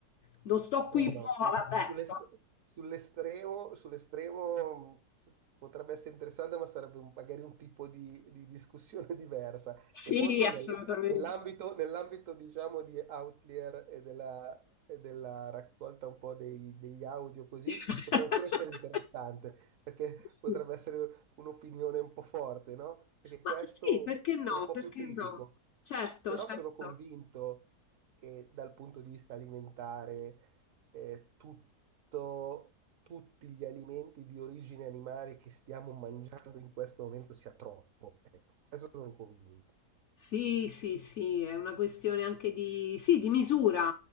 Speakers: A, on the left (about 70°); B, on the right (about 65°).
A: non sto qui,
B: No,
A: no,
B: no, su-
A: vabbè,
B: sull'est-
A: sto...
B: sull'estremo, sull'estremo, mh, s- potrebbe essere interessante, ma sarebbe un- magari un tipo di, di discussione <laughs> diversa,
A: Sì,
B: che forse
A: assolutamente.
B: nella- nell'ambito, nell'ambito, diciamo, di Outlier e della, e della raccolta un po' dei- degli audio così,
A: <laughs>
B: potrebbe pure essere interessante, perché
A: Sì, sì.
B: potrebbe essere un'opinione un po' forte, no? Perché
A: Ma
B: questo
A: sì, perché no,
B: sono un po'
A: perché
B: più critico,
A: no. Certo,
B: però
A: certo.
B: sono convinto che dal punto di vista alimentare eh, tutto- tutti gli alimenti di origine animale che stiamo mangiando in questo momento sia troppo. Ecco, questo sono convinto.
A: Sì, sì, sì, è una questione anche di, sì, di misura,